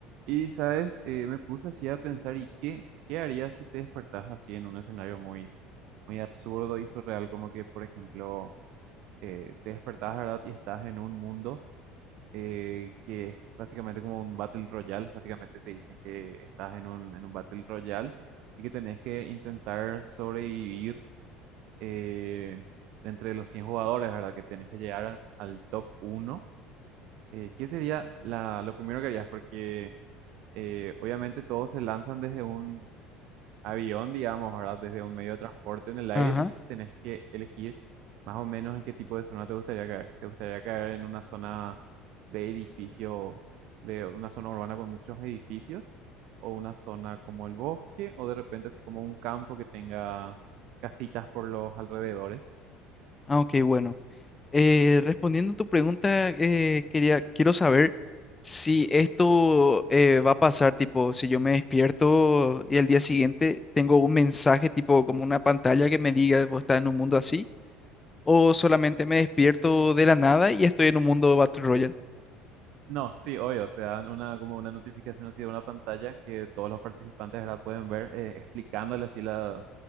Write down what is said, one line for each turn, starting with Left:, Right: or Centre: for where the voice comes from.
Right: Y, ¿sabes? Eh, me puse así a pensar, ¿y qué, qué harías si te despertás así en un escenario muy, muy absurdo y surreal? Como que, por ejemplo, eh, te despertás, ¿verdad? Y estás en un mundo eh, que es básicamente como un Battle Royale. Básicamente te dicen que estás en un, en un Battle Royale y que tenés que intentar sobrevivir eh, entre los 100 jugadores, ¿verdad? Que tenés que llegar al top uno Eh, ¿qué sería la, lo primero que harías? Porque eh, obviamente todos se lanzan desde un avión, digamos, ¿verdad? Desde un medio de transporte en el aire
Left: Ajá.
Right: y tenés que elegir más o menos en qué tipo de zona te gustaría caer. ¿Te gustaría caer en una zona de edificios, de una zona urbana con muchos edificios? ¿O una zona como el bosque? ¿O de repente así como un campo que tenga casitas por los alrededores?
Left: Ah, ok, bueno. Eh, respondiendo a tu pregunta, eh, quería, quiero saber si esto eh, va a pasar, tipo, si yo me despierto y al día siguiente tengo un mensaje, tipo, como una pantalla que me diga, vos estás en un mundo así, o solamente me despierto de la nada y estoy en un mundo Battle Royale.
Right: No, sí, obvio, te dan una como una notificación así de una pantalla que todos los participantes, ¿verdad? pueden ver eh, explicándole así la,